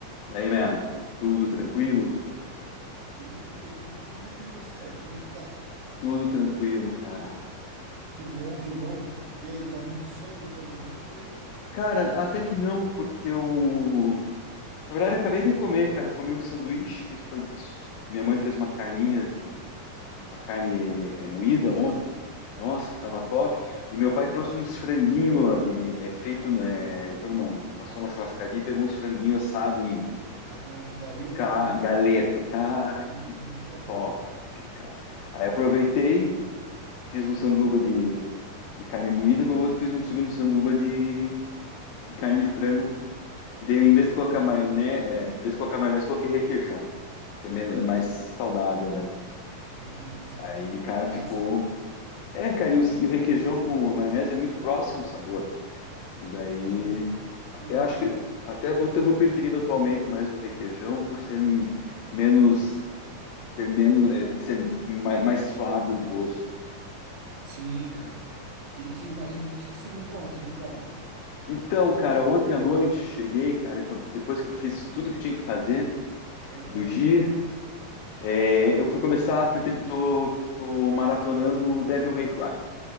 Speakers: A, on the left; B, on the right.
A: Daí, man, tudo tranquilo?
B: Tudo, tudo tranquilo. E você? Como é que tá?
A: Tudo tranquilo, cara.
B: Que bom, que bom. E aí, tá muito sono depois do almoço aí?
A: Cara, até que não, porque eu. Na verdade, eu acabei de comer, cara. Eu comi um sanduíche que foi. Minha mãe fez uma carninha com uma carne é, moída
B: Que beleza,
A: ontem.
B: cara.
A: Nossa, estava top. E meu pai trouxe uns franguinhos de... é feito, né? Ele foi numa... passou numa churrascaria e pegou uns franguinhos assados em
B: Ah, galeto,
A: ca-
B: né?
A: galeto. Cara,
B: Hum,
A: que
B: isso é bom.
A: top, cara. Aí
B: E,
A: aproveitei. Fiz um sanduba de, de carne moída, o outro fiz um segundo sanduba de, de carne de frango.
B: e frango.
A: E daí, em
B: E
A: vez
B: coisa
A: de colocar
B: boa.
A: maionese, é, em vez de colocar maionese, coloquei requeijão, que é menos, é mais saudável, né?
B: Sim, sim.
A: Aí, cara,
B: Massa,
A: ficou.
B: cara.
A: É, cara, e o, e o requeijão com a maionese é muito próximo o sabor. E daí,
B: Sim.
A: até
B: Uhum.
A: acho que. Até vou, tô preferindo atualmente mais o requeijão por ser menos. Ter menos, é, ser mais, mais suave o gosto.
B: Sim, cara. E, que, ma- e do que, que você me conta de bom?
A: Então, cara, ontem à noite cheguei, cara, com- depois que eu fiz tudo que tinha que fazer
B: Aham.
A: do dia, é, eu fui começar, fui, ter- tô, tô maratonando o Devil May Cry.